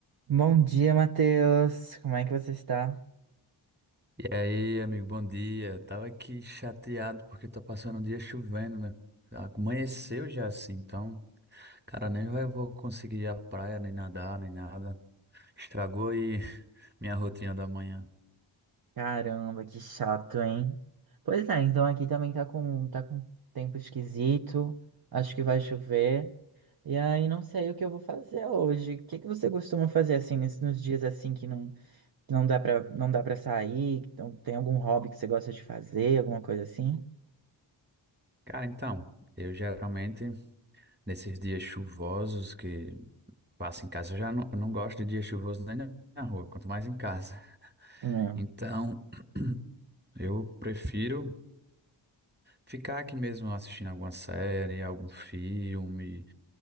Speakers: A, on the right (about 50°); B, on the right (about 20°).
A: Bom dia, Matheus. Como é que você está?
B: E aí, amigo, bom dia. Tava aqui chateado porque tá passando um dia chovendo, né? Amanheceu já assim, então, cara, nem vai, vou conseguir ir à praia, nem nadar, nem nada. Estragou aí <laughs> minha rotina da manhã.
A: Caramba, que chato, hein? Pois é, então aqui também tá com, tá com tempo esquisito, acho que vai chover, e aí não sei o que eu vou fazer hoje. O que que você costuma fazer assim, nesse- nos dias assim que não, que não dá pra, não dá para sair? Então, tem algum hobby que você gosta de fazer, alguma coisa assim?
B: Cara, então, eu geralmente, nesses dias chuvosos que passo em casa, eu já não, eu não gosto de dia chuvoso nem na na rua, quanto mais em casa.
A: Hum,
B: Então, <clears throat> eu prefiro ficar aqui mesmo assistindo alguma série, algum filme.